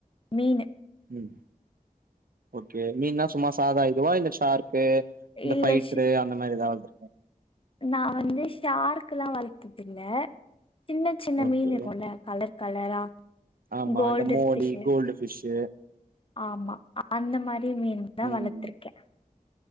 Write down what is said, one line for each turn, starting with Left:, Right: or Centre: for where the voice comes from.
Left: மீனு
Right: ம் ஓகே மீன்னா சும்மா சாதா இதுவா இல்ல சார் கு இந்த
Left: இல்ல
Right: ஃபைட்ரு
Left: ஷி
Right: அந்த மாதிரி ஏதாது
Left: நா வந்து ஷார்லா வளத்தது இல்ல சின்ன சின்ன
Right: ஓகே
Left: மீன் இருக்கும்ல கலர் கலரா
Right: ஆமா
Left: கோல்டு
Right: அந்த மோடி
Left: ஃபிஷ்ஷு
Right: கோல்டு ஃபிஷ்ஷு
Left: ஆமா அந்த மாரி மீன் தான்
Right: ம்
Left: வளத்திருக்கேன்